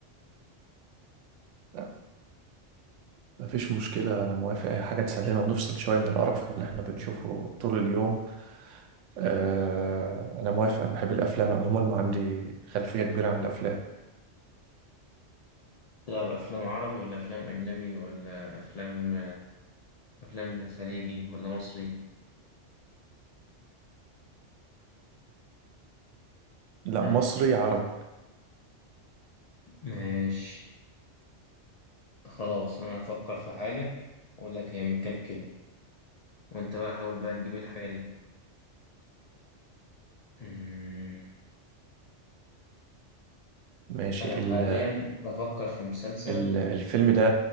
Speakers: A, on the right (about 80°); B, on the left (about 65°).
A: لا، مفيش مشكلة أنا موافق أي حاجة تسلينا ونفصل شوية من القرف اللي إحنا بنشوفه طول اليوم آه، أنا موافق أنا بحب الأفلام عموما وعندي خلفية كبيرة عن الأفلام
B: تلعب افلام عربي ولا افلام اجنبي ولا افلام افلام خليجي ولا مصري
A: لا
B: هم.
A: مصري عربي
B: ماشي خلاص انا هفكر في حاجة اقول لك هي من كام كلمة وانت بقى حاول بقى تجيب الحاجة دي أمم.
A: ماشي
B: انا
A: ال
B: حاليا بفكر في مسلسل
A: ال الفيلم ده